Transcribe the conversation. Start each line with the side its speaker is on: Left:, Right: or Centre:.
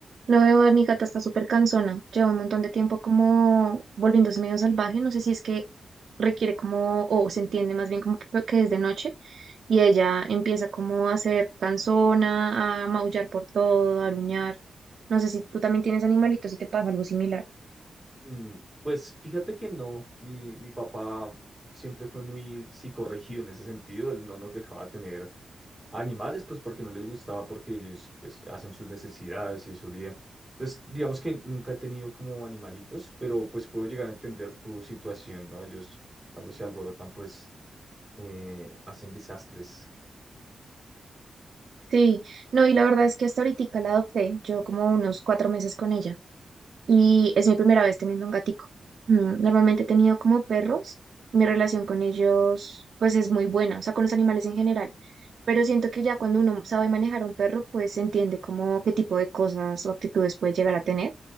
Right: No veo a mi gata está súper cansona. Lleva un montón de tiempo como volviéndose medio salvaje. No sé si es que requiere como, o se entiende más bien como que que es de noche. Y ella empieza como a ser cansona, a maullar por todo, a aruñar. No sé si tú también tienes animalitos y te pasa algo similar.
Centre: Mm, Pues fíjate que no, mi, mi papá siempre fue muy psicorregido en ese sentido, él no nos dejaba tener animales, pues porque no les gustaba, porque ellos pues hacen sus necesidades y eso olía. Entonces, digamos que nunca he tenido como animalitos, pero pues puedo llegar a entender tu situación, ¿no? Ellos cuando se alborotan pues eh, hacen desastres,
Right: Sí, no, y la verdad es que hasta ahorita la adopté. Llevo como unos cuatro meses con ella. y es mi primera vez teniendo un gatico. Mm, Normalmente he tenido como perros, mi relación con ellos pues es muy buena, o sea, con los animales en general, pero siento que ya cuando uno sabe manejar a un perro pues entiende como qué tipo de cosas o actitudes puede llegar a tener